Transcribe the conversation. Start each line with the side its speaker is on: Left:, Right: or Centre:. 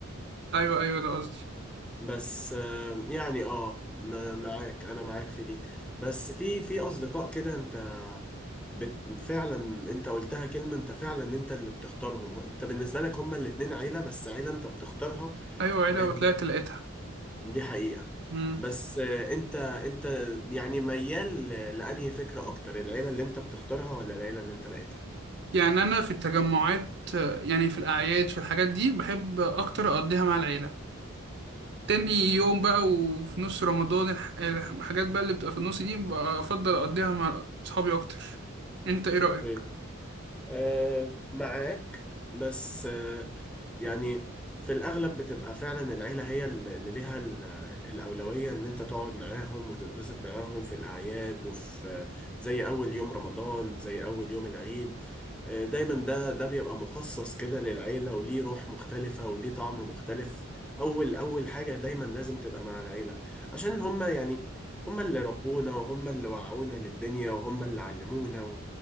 Right: أيوه أيوه ده قصدي
Centre: بس أه يعني اه م- معاك انا معاك في دي بس في في اصدقاء كده انت بت... فعلا انت قلتها كلمة انت فعلا انت اللي بتختارهم انت بالنسبة لك هما الاتنين عيلة بس عيلة انت بتختارها
Right: أيوه عيلة
Centre: آه،
Right: وطلعت لقيتها
Centre: دي حقيقة
Right: مم.
Centre: بس آه، انت انت يعني ميال ل- لأنهي فكرة اكتر العيلة اللي انت بتختارها ولا العيلة اللي انت لقيتها
Right: يعني أنا في التجمعات يعني في الأعياد في الحاجات دي بحب أكتر أقضيها مع العيلة تاني يوم بقى وفي نص رمضان الح- الحاجات بقى اللي بتبقى في النص دي بفضل أقضيها مع أصحابي أكتر أنت إيه
Centre: اوكي
Right: رأيك؟
Centre: آه معاك بس يعني في الأغلب بتبقى فعلا العيلة هي اللي ليها ال- الأولوية إن أنت تقعد معاهم وتتبسط معاهم في الأعياد وفي زي أول يوم رمضان زي أول يوم العيد آه، دايما ده ده بيبقى مخصص كده للعيلة وليه روح مختلفة وليه طعم مختلف أول أول حاجة دايما لازم تبقى مع العيلة عشان هما يعني هما اللي ربونا وهما اللي وعونا للدنيا وهما اللي علمونا و...